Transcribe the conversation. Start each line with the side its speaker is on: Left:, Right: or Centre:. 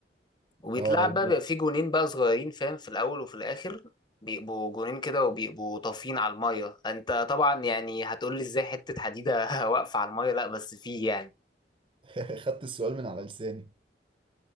Left: وبيتلعب
Right: اه
Left: بقى بيبقى فيه جونين بقى صغيرين فاهم في الاول وفي الاخر بيبقوا جونين كده وبيبقوا طافيين على الميه انت طبعا يعني هتقول لي ازاي حته حديده <laughs> واقفه على الميه لا بس فيه يعني
Right: <laughs> خدت السؤال من على لساني